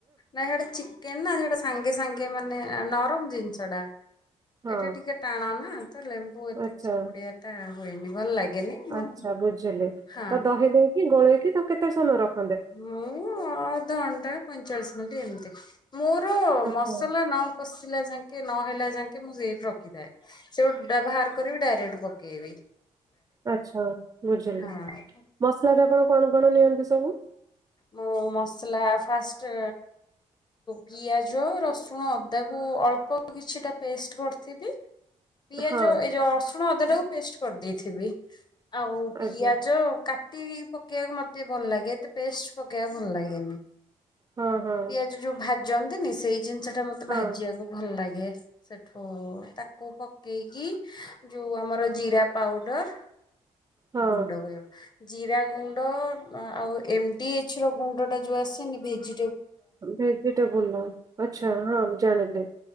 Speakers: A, on the left; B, on the right.
A: ନା ସେଟା ଚିକେନ ନା ହେଟା ସାଙ୍ଗେ ସାଙ୍ଗେ ମାନେ ନ ନରମ ଜିନିଷ ଟା।
B: ହଁ
A: ଏଇଟା ଟିକେ ଟାଣ ନା ତ ଲେମ୍ବୁ ଏତେ
B: ଆଚ୍ଛା
A: ଚିପୁଡିଆ ଟା ହୁଏନି ଭଲ ଲାଗେନି ମୁଁ
B: ଆଚ୍ଛା ବୁଝିଲି
A: ହଁ।
B: ତ ଦହି ଦେଇକି ଗୋଳେଇକି ତାକୁ କେତେ ସମୟର ରଖୁ
A: ମୁଁ ଅଧଘଣ୍ଟା ପଇଁଚାଳିଶ ମିନିଟ୍ ଏମିତି। ମୋର
B: ଆଚ୍ଛା
A: ମସଲା ନ କଷିଲା ଯାକେ ନହେଲା ଯା ଯାକେ ମୁଁ ସେଇଠି ରଖିଥାଏ ସେ ଗୋଟେ ବାହାର କରିବି ଡାଇରେକ୍ଟକୁ କିଏବେ।
B: ଆଛା ବୁଝିଲି
A: ହଁ।
B: ମସଲାଟା କଣ କଣ ନିଅନ୍ତି ସବୁ?
A: ମୁଁ ମସଲା ଫାଷ୍ଟ ପିଆଜ ରସୁଣ ଅଦାକୁ ଅଳ୍ପ କିଛିଟା ପେଷ୍ଟ କରିଥିବି। ପିଆଜ
B: ହଁ
A: ଏ ଯୋ ରସୁଣ ଅଦାଟାକୁ ପେଷ୍ଟ କରି ଦେଇଥିବି। ଆଉ ପିଆଜ
B: ଆଜ୍ଞା
A: କା ଟି ପକେଇବାକୁ ମତେ ଭଲ ଲାଗେ ତ ପେଷ୍ଟ ପକେଇବା ଭଲ ଲାଗେନି।
B: ହଁ ହଁ
A: ପିଆଜ ଯୋଉ ଭାଜି - ଯାଆନ୍ତି ନି ସେଇ ଜିନିଷ ମତେ
B: ହଁ
A: ଭାଜିବାକୁ ଭଲ ଲାଗେ। ସେଠୁ ତାକୁ ପକେଇକି ଯୋଉ ଆମର ଜିରା ପାଉଡର
B: ହଁ
A: ଗୁଣ୍ଡ କରେ ଜିରା ଗୁଣ୍ଡ ଆଉ ଏମଡି ଏଚ ର ଗୁଣ୍ଡଟା ଯଉ ଆସେନି ଭେଜ୍
B: ଭେଜିିଟେବଲ ଆଚ୍ଛା ହଁ ମୁଁ ଜାଣିିଲି।